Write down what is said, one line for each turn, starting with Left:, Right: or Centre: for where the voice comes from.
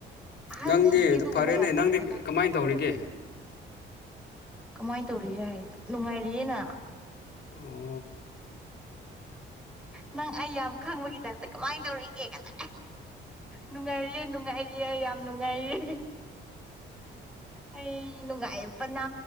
Centre: ꯑꯍꯟꯁꯤꯡꯗꯤ
Left: ꯅꯪꯗꯤ ꯑꯗꯨ
Centre: ꯑꯗꯨꯒꯨꯝꯕ
Left: ꯐꯔꯦꯅꯦ
Centre: ꯌꯥꯝ ꯄꯥꯝꯃꯦꯗ
Left: ꯅꯪꯗꯤ ꯀꯃꯥꯏ ꯇꯧꯔꯤꯒꯦ
Centre: ꯀꯃꯥꯏ ꯇꯧꯔꯤꯒꯦ ꯍꯥꯏꯌꯦ ꯑꯗꯨꯝ ꯅꯨꯡꯉꯥꯏꯔꯤꯌꯦꯅ
Left: ꯑꯣ
Centre: ꯅꯪ ꯑꯩ ꯌꯥꯝ ꯈꯪꯕꯒꯤ ꯇꯥꯏꯞꯇ ꯀꯃꯥꯏ ꯇꯧꯔꯤꯒꯦ ꯀꯥꯢꯅ ꯅꯨꯡꯉꯥꯏꯔꯤꯌꯦ ꯅꯨꯡꯉꯥꯏꯔꯤꯌꯦ ꯌꯥꯝ ꯅꯨꯡꯉꯥꯏꯔꯤ ꯑꯩ ꯅꯨꯡꯉꯥꯏꯕꯅ